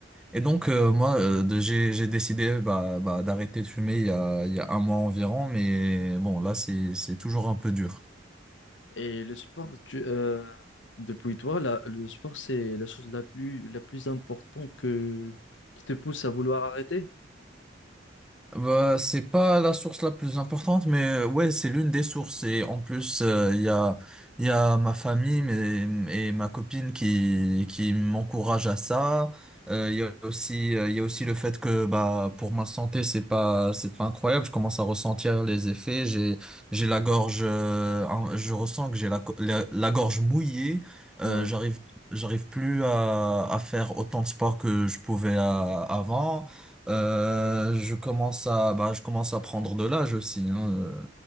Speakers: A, in the centre; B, on the left.
A: Et donc euh, moi euh, de- j'ai, j'ai décidé bah, bah, d'arrêter de fumer il y a, il y a un mois environ, mais bon là c'est, c'est toujours un peu dur.
B: Et le sport, tu, euh, depuis toi, la- le sport, c'est la chose la plus, la plus importante que, qui te pousse à vouloir arrêter.
A: Bah, c'est pas la source la plus importante, mais euh, ouais, c'est l'une des sources. Et en plus, euh, il y a, il y a ma famille mais, et ma copine qui, qui m'encourage à ça. Euh, Il y a aussi, euh, il y a aussi le fait que bah, pour ma santé, c'est pas, c'est pas incroyable. Je commence à ressentir les effets. J'ai, j'ai la gorge, euh, hein, je ressens que j'ai la, co- la, la gorge mouillée. Euh,
B: Ouais,
A: j'arrive, j'arrive plus à, à faire autant de sport que je pouvais à- avant. Euh, je commence à, bah, je commence à prendre de l'âge aussi. hein, euh,